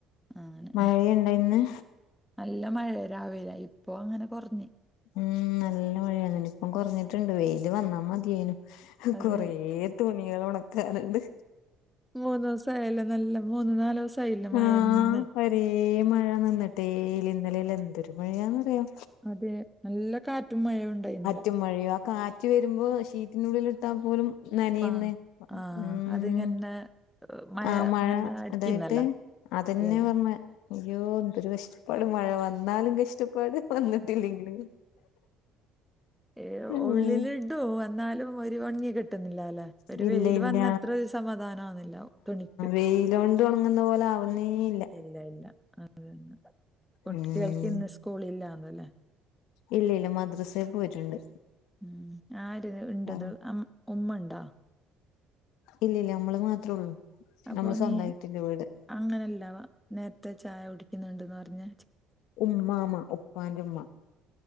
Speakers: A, in the centre; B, on the left (about 75°).
A: അങ്ങനെ.
B: മഴയുണ്ടോ ഇന്ന്
A: നല്ല മഴ രാവിലെ ഇപ്പൊ അങ്ങനെ കൊറഞ്ഞ്.
B: ഉം നല്ല മഴാണ് നിപ്പം കുറഞ്ഞിട്ടുണ്ട് വെയില് വന്നാ മതിയേന്.
A: അത്
B: കൊറേ തുണികള് ഒണക്കാനുണ്ട്.
A: മൂന്നൂസ ആയല്ല നല്ല മൂന്നു നാലിസ ആയില്ലെ മയന്നെ.
B: ആഹ് ഒരേ മഴ നിന്നിട്ടേല ഇന്നലെല്ല എന്തൊരു മഴയാന്നറിയൊ,
A: അതെ നല്ല കാറ്റും മഴവും ഉണ്ടായി ഇന്നലെ,
B: റ്റ്റും മഴയോ ആ കാററ്റ് വരുമ്പോ ഷീറ്റിനുള്ളിൽ ഇട്ടാൽ പോലും, നനീന്ന്
A: ആ ആ
B: ഉം
A: അതിങ്ങനെ ഏ,
B: ആ മഴ
A: ഇങ്ങനെ അടിക്കുന്നല്ലേ
B: അതായിട്ട് അതെന്നെ
A: അതെ അതെ
B: പർഞ്ഞെ അയ്യോ എന്തൊരു കഷ്ട ഇപ്പട് മഴ വന്നാലും കഷ്ടപ്പാട് വന്നിട്ടില്ലെങ്കിലും
A: ഏഹ്
B: ഉം
A: ഉള്ളിലിടു എന്നാലും ഒരു ഒണിങ്ങി കി ട്ടുന്നില്ല അല്ലെ ഒരു
B: ഇല്ല
A: വെയിൽ
B: ഇല്ല
A: വന്ന അത്ര സമാധാനം ആന്നില്ല തുണിക്ക്,
B: വെയ്ലൊണ്ട്, ഉണങ്ങുന്ന പോലെ ആവുന്നേ ഇല്ല,
A: ഇല്ല ഇല്ല അതെന്നെ കുട്ടികൾക്ക്
B: ഉം
A: ഇന്ന് സ്കൂള് ഇല്ലാന്നല്ലേ,
B: ഇല്ല ഇല്ല മദ്രസെ പോയിട്ടുണ്ട്,
A: ആഹ് ഉ ആര് ഉണ്ടത്
B: ഇല്ല
A: ഉമ്മ ഉണ്ടോ?
B: ഇല്ലല്ല നമ്മള് മാത്രേ ഉള്ളൂ,
A: അപ്പൊ
B: നമ്മള് സ്വന്തായിട്ടില്ല
A: നീ
B: വീട്
A: അങ്ങനെല്ലവാ നേരത്തെ ചായ കുടിക്കുന്നുണ്ട്ന്ന് പർഞ്ഞെ,
B: ഉമ്മാമ ഉപ്പാന്റെമ്മ,